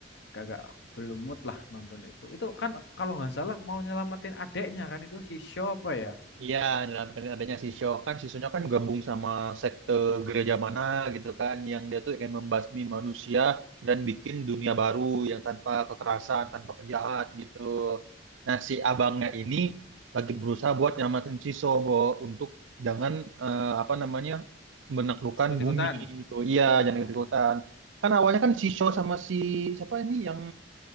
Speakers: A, on the left; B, on the right.
A: agak agak belum mood lah nonton itu. Itu kan kalau nggak salah mau nyelamatin adeknya kan itu si Shaw apa ya?
B: Iya, dalam adanya si Sho kan, si Sho kan gabung sama sekte gereja mana gitu kan, yang dia tuh ingin membasmi manusia dan bikin dunia baru yang tanpa kekerasan, tanpa penjahat gitu. Nah, si abangnya ini lagi berusaha buat nyamatin si Sho Bo, untuk jangan eh, apa namanya menaklukkan
A: Ikut-ikutan.
B: bumi gitu. Iya,
A: Oh.
B: jangan ikut-ikutan. Kan awalnya kan si Sho sama si siapa ini yang